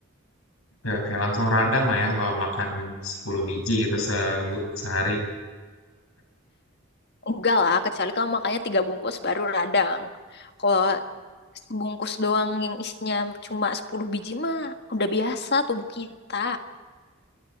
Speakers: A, on the left (about 85°); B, on the left (about 50°).
A: ya kayak langsung radang lah ya kalau makan 10 biji gitu sebu sehari.
B: Enggak lah, kecuali kamu makannya tiga bungkus baru radang. Kalau sebungkus doang yang isinya cuma 10 biji mah udah biasa tubuh kita.